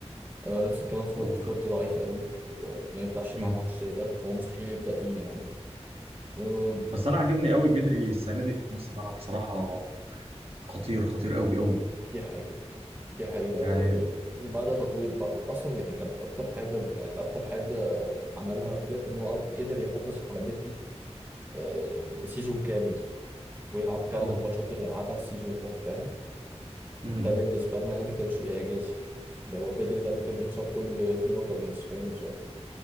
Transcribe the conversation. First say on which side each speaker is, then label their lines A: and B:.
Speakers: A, on the right; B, on the right.
A: آه نفس الكلام فورت
B: و-
A: فورت ضعيف قوي وما ينفعش
B: مم.
A: يلعب ماتش زي ده هو مستحيل يبدأ بيه يعني آه
B: بس انا عاجبني قوي بدري السنه دي في نص الملعب بصراحه خطير خطير قوي قوي
A: دي حقيقة دي حقيقة
B: يعني
A: بدأ تطوير بقى. أصلا يعني كان أكتر حاجة يعني أكتر حاجة عملها فليك إن هو قدر يحافظ على بدري آه سيزون كامل ويلعب كامل
B: اه
A: الماتشات اللي لعبها السيزون ده فاهم
B: امم
A: ده بالنسبة لنا يعني كان شيء إعجازي اللي هو بدري ده اللي كان بيتصاب كل اثنين وخميس فاهم ازاي؟